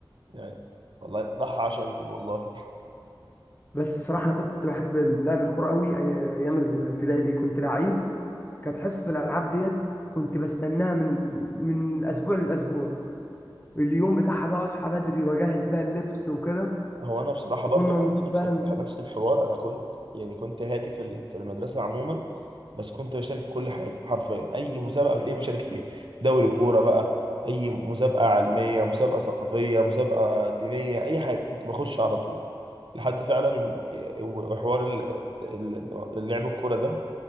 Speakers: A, on the right; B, on the left.
A: يعني والله ضحى عشانكم والله
B: بس بصراحه انا كنت بحب لعب الكوره قوي أي- ايام الابتدائي دي كنت لعيب كانت حصه الالعاب ديت كنت بستناها من من اسبوع لاسبوع اليوم بتاعها بقى اصحى بدري واجهز بقى اللبس وكده
A: هو انا بصراحه
B: وكنا
A: برضو عندي
B: بنروح
A: نفس
B: بقى
A: الف- نفس الحوار انا كنت يعني كنت هادي في ال- في المدرسه عموما بس كنت بشارك في كل حاجه حرفيا اي مسابقه بتلاقيني بشارك فيها دوري كوره بقى اي مسابقه علميه مسابقه ثقافيه مسابقه دينيه اي حاجه كنت بخش على طول لحد فعلا ي- وحوار ال- ال- اللعب الكوره ده